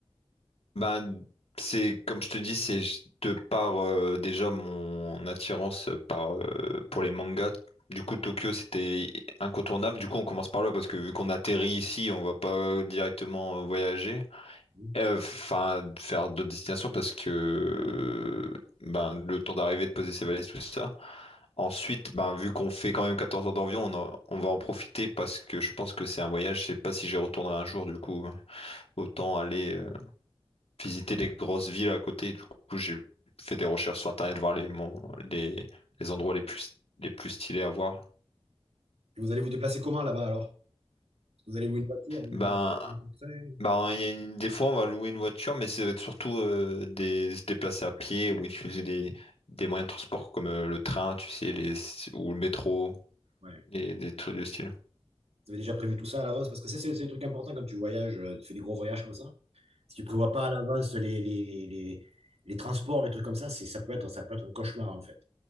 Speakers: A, on the left (about 75°); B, on the right (about 90°).
A: Ben c'est comme je te dis, c'est de par euh, déjà mon attirance par euh, pour les mangas. Du coup Tokyo c'était incontournable. Du coup on commence par là parce que vu qu'on atterrit ici, on va pas directement euh, voyager.
B: Hmm?
A: Euh, Enfin, faire d'autres destinations parce que ben, le temps d'arriver, de poser ses valises, tout ça. Ensuite, ben, vu qu'on fait quand même 14 heures d'avion, on, en- on va en profiter parce que je pense que c'est un voyage. Je sais pas si j'y retournerai un jour, du coup. Autant aller euh, visiter les grosses villes à côté. Du coup, j'ai fait des recherches sur Internet, voir les, mon- les, les endroits les plus, les plus stylés à voir.
B: Et vous allez vous déplacer comment là-bas alors? Vous allez louer une voiture? Vous
A: Ben,
B: allez- vous allez vous
A: Bah, il y a une- des fois, on va louer une voiture, mais ça va être surtout euh, des... se déplacer à pied ou utiliser des, des moyens de transport comme euh, le train, tu sais, les... ou le métro,
B: Ouais.
A: des, des trucs de style.
B: Vous avez déjà prévu tout ça à l'avance? Parce que ça, c'est c'est le truc important quand tu voyages, euh, tu fais des gros voyages comme ça. Si tu prévois pas à l'avance les, les, les, les- transports, les trucs comme ça, c'est, ça peut être, ça peut être un cauchemar en fait.